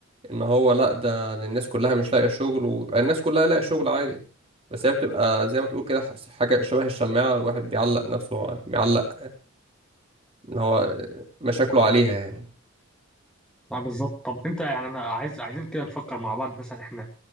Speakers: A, on the right (about 30°); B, in the centre.
A: ان هو لا ده ده الناس كلها مش لاقيه شغل وبقى الناس كلها لاقيه شغل عادي بس هي بتبقى زي ما تقول كده ح- حاجه شبه الشماعه الواحد بيعلق نفسه بيعلق ان هو مشاكله عليها يعني
B: ما بالظبط طب انت يعني انا عايز عايزين كده نفكر مع بعض مثلا احنا